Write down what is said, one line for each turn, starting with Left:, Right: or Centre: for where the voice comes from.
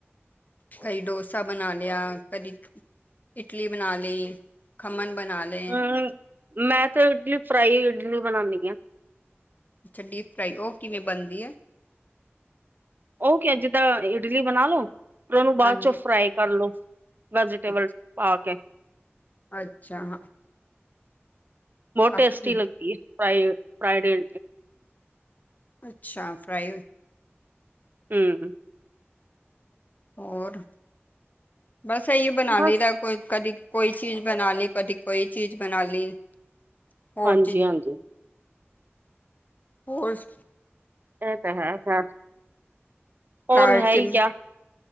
Left: ਕਦੀ ਡੋਸਾ ਬਣਾ ਲਿਆ ਕਦੀ ਇਡਲੀ ਬ ਬਣਾ ਲੲੀ ਖਮਨ ਬਣਾ ਲੇ,
Right: ਹਮ, ਮੈਂ ਤਾਂ ਇਡਲੀ ਫਰਾਈ ਇਡਲੀ ਬਣਾਨੀ ਆ।
Left: ਅੱਛਾ, ਡੀਪ ਫਰਾਈ ਉਹ ਕਿਵੇਂ ਬਣਦੀ ਹੈ?
Right: ਉਹ ਕਿ ਅੱਜ ਤਾਂ ਇਡਲੀ ਬਣਾ ਲੋ ਫੇਰ ਉਹਨੂੰ ਬਾਅਦ
Left: ਹਾਂਜੀ
Right: ਚੋਂ ਫਰਾਈ ਕਰ ਲੋ। ਵੈਜੀਟੇਬਲ
Left: ਅ-
Right: ਪਾ ਕੇ,
Left: ਅੱਛਾ, ਹਾਂ।
Right: ਬਹੁਤ
Left: ਆਪਣੀ
Right: ਟੇਸਟੀ ਲਗਦੀ ਐ ਫਰਾਏ ਫਰਾਏ
Left: ਅੱਛਾ ਫਰਾਈ,
Right: ਹੂੰ,
Left: ਹੋਰ, ਬਸ ਇਹੀ ਬਣਾ
Right: ਬਸ
Left: ਲਈ ਦਾ, ਕੋਈ ਕਦੀ ਕੋਈ ਚੀਜ਼ ਬਣਾ ਲਈ ਕਦੀ ਕੋਈ ਚੀਜ਼ ਬਣਾ ਲਈ। ਹੋਰ
Right: ਹਾਂਜੀ-ਹਾਂਜੀ।
Left: ਚੀਜ਼ ਹੋਰ ਸ
Right: ਇਹ ਤਾਂ ਹੈ-ਹੈ। ਹੋਰ
Left: ਘਰ
Right: ਹੈ
Left: ਚ
Right: ਹੀ ਕਿਆ